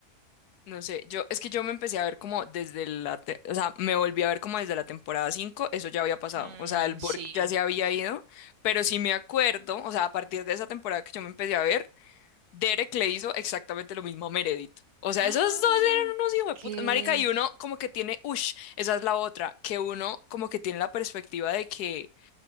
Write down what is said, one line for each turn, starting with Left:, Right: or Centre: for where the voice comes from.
Left: No sé, yo, es que yo me empecé a ver como desde la, te- o sea, me volví a ver como desde la temporada 5 eso ya había pasado,
Right: Mm,
Left: o sea, el Borg
Right: sí.
Left: ya se había ido, pero sí me acuerdo, o sea, a partir de esa temporada que yo me empecé a ver, Derek le hizo exactamente lo mismo a Meredith. O sea,
Right: ¡Ah!
Left: esos dos eran unos hijos de
Right: ¡Qué!
Left: puta, marica, y uno como que tiene, ush, esa es la otra, que uno como que tiene la perspectiva de que